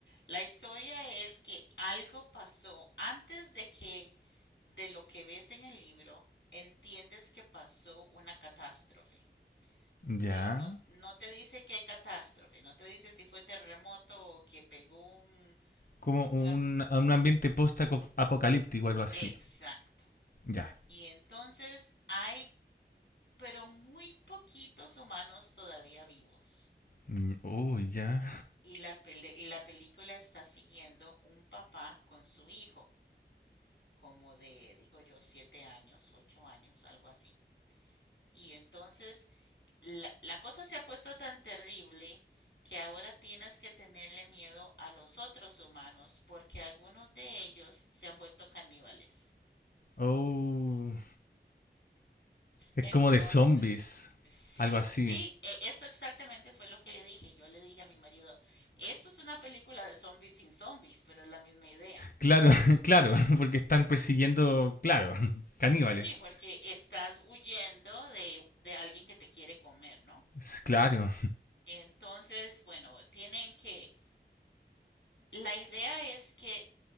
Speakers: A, on the left; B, on the left.
A: la historia es que algo pasó antes de que de lo que ves en el libro, entiendes que pasó una catástrofe
B: ya.
A: pero no, no te dice qué catástrofe, no te dice si fue terremoto o que pegó un,
B: como
A: una...
B: un, a un ambiente post-apocalíptico, algo así.
A: Exacto.
B: Ya.
A: Y entonces hay, pero muy poquitos humanos todavía vivos.
B: Mm, Oh, ya.
A: Y la, pele y la película está siguiendo un papá con su hijo, como de, digo yo, siete años, ocho años, algo así. Y entonces la, la cosa se ha puesto tan terrible que ahora tienes que tenerle miedo a los otros humanos porque algunos de ellos se han vuelto caníbales.
B: Oh. Es
A: Entonces,
B: como de zombies,
A: sí,
B: algo así.
A: sí, e- eso exactamente fue lo que le dije. Yo le dije a mi marido, eso es una película de zombies sin zombies, pero es la misma idea,
B: Claro,
A: ¿no?
B: <laughs> claro, porque están persiguiendo, claro, caníbales.
A: Sí, porque estás huyendo de, de alguien que te quiere comer, ¿no?
B: Es Claro.
A: Entonces, bueno, tienen que... La idea es que